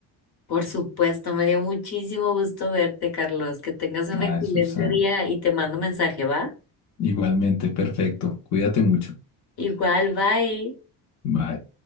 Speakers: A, on the left; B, on the left.
A: Por supuesto, me dio muchísimo gusto verte, Carlos. Que tengas un
B: Ay,
A: excelente
B: Susana,
A: día y te mando mensaje, ¿va?
B: igualmente, perfecto, cuídate mucho.
A: Igual, bye.
B: Bye.